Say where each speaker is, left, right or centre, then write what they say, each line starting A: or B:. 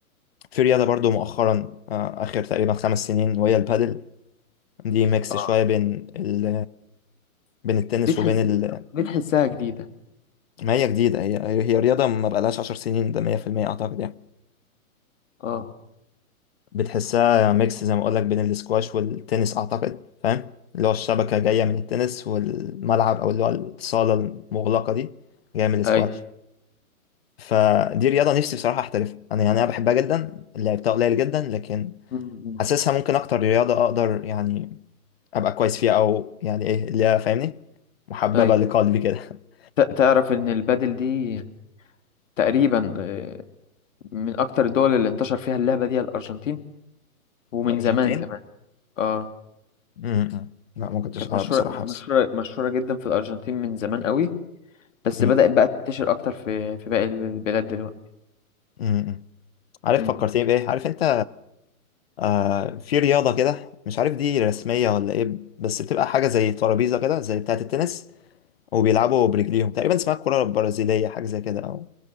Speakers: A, on the left (about 45°); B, on the left (about 60°).
A: في رياضة برضو مؤخرا آه اخر تقريبا خمس سنين وهي البادل دي ميكس
B: اه
A: شوية بين ال بين التنس
B: دي تحس
A: وبين ال
B: دي تحسها جديده
A: ما هي جديدة هي هي رياضة ما بقالهاش عشر سنين ده 100% اعتقد يعني
B: اه
A: بتحسها ميكس زي ما اقولك بين الاسكواش والتنس اعتقد فاهم اللي هو الشبكة جاية من التنس والملعب او اللي هو الصالة المغلقة دي جاية من الاسكواش
B: اي
A: فدي رياضة نفسي بصراحة احترفها انا يعني انا بحبها جدا لعبتها قليل جدا لكن
B: امم.
A: حاسسها ممكن اكتر رياضة اقدر يعني ابقى كويس فيها او يعني ايه اللي هي فاهمني محببة
B: اي
A: لقلبي كده <laughs>
B: ت- تعرف ان البادل دي تقريبا آه، من اكتر الدول اللي انتشر فيها اللعبه دي الارجنتين ومن
A: الارجنتين
B: زمان كمان اه
A: م- م. لا ما كنتش
B: كانت
A: اعرف
B: مشهوره
A: بصراحة
B: مشهوره
A: بس
B: مشهوره جدا في الارجنتين من زمان قوي بس
A: م-
B: بدات بقى تنتشر اكتر في في باقي البلاد دلوقتي
A: م- م. عارف
B: امم.
A: فكرتني بايه عارف انت آه في رياضة كده مش عارف دي رسمية ولا ايه بس بتبقى حاجة زي ترابيزة كده زي بتاعة التنس وبيلعبوا برجليهم تقريبا اسمها الكرة البرازيلية حاجة زي كده او